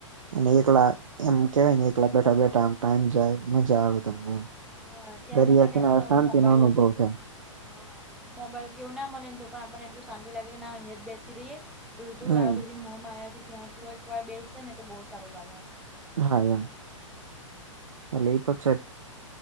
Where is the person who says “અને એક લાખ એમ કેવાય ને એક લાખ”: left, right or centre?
Right